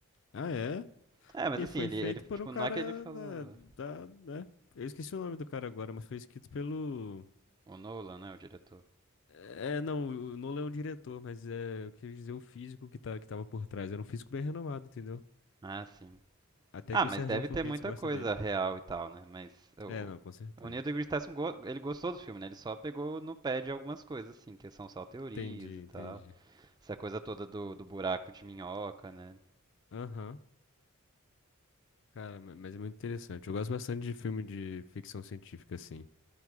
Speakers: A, on the left (about 55°); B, on the right (about 20°).
A: Ah, é?
B: É, mas
A: E
B: assim,
A: foi
B: ele,
A: feito
B: ele tipo,
A: por um cara
B: não é que ele falou...
A: da, da, né? Eu esqueci o nome do cara agora, mas foi escrito pelo.
B: O Nolan, né, o diretor.
A: É, não, o Nolan é um diretor, mas é, eu queria dizer o físico que, tá, que tava por trás. Era um físico bem renomado, entendeu?
B: Ah, sim.
A: Até
B: Ah,
A: que
B: mas
A: o Serjão
B: deve
A: Foguetes
B: ter muita
A: gosta
B: coisa
A: dele.
B: real e tal, né? Mas o,
A: É, não, com certeza.
B: o Neil deGrasse Tyson, go- ele gostou do filme, né? Ele só pegou no pé de algumas coisas, assim, que são só teorias
A: Entendi,
B: e
A: entendi.
B: tal. Essa coisa toda do, do buraco de minhoca, né?
A: Aham. Cara, ma- mas é muito interessante. Eu gosto bastante de filme de ficção científica, assim.